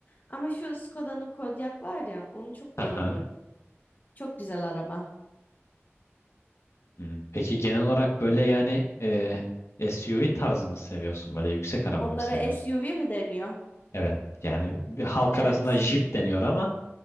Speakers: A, on the left (about 40°); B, on the left (about 70°).
A: Ama şu Skoda'nın Kodiaq var ya onu çok
B: Aha.
A: beğeniyorum. Çok güzel araba.
B: Hmm. Peki genel olarak böyle yani e, SUV tarzı mı seviyorsun? Böyle yüksek araba
A: Onlara
B: mı seviyorsun?
A: SUV mi deniyor?
B: Evet. Yani bir halk
A: Evet.
B: arasında Jeep deniyor ama